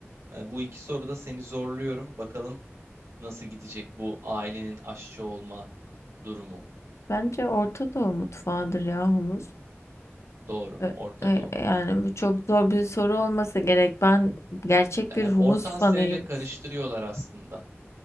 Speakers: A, on the right (about 80°); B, on the left (about 75°).
A: E, bu iki soruda seni zorluyorum. Bakalım nasıl gidecek bu ailenin aşçı olma durumu.
B: Bence Orta Doğu mutfağıdır ya humus.
A: Doğru,
B: E
A: Orta
B: e
A: Doğu.
B: yani, bu çok zor bir soru olmasa gerek. Ben gerçek
A: E,
B: bir humus
A: Orta Asya
B: fanıyım.
A: ile karıştırıyorlar aslında.